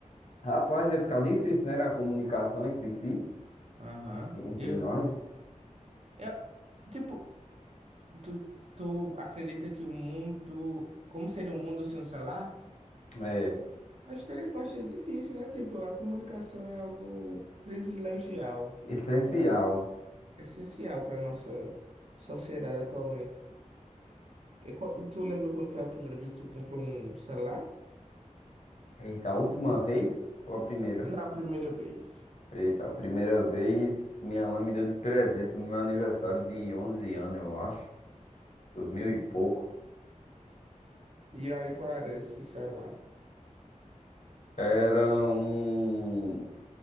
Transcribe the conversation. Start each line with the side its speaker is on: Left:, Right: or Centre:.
Left: Rapaz, ia ficar difícil, né? A comunicação entre si,
Right: Aham.
Left: entre
Right: Eu,
Left: nós.
Right: eu, tipo, tu, tu acredita que o mundo, como seria um mundo sem o celular?
Left: É
Right: Acho que seria bastante difícil, né? Tipo, a comunicação é algo privilegial,
Left: essencial.
Right: eu acho. Essencial para nossa sociedade atualmente. E, qual- tu lembra quando foi a primeira vez que tu comprou um celular?
Left: Eita, a última vez ou a primeira?
Right: Na primeira vez.
Left: Eita, a primeira vez minha mãe me deu de presente no meu aniversário de 11 anos, eu acho. Dois mil e pouco.
Right: E aí, qual era esse celular?
Left: Era um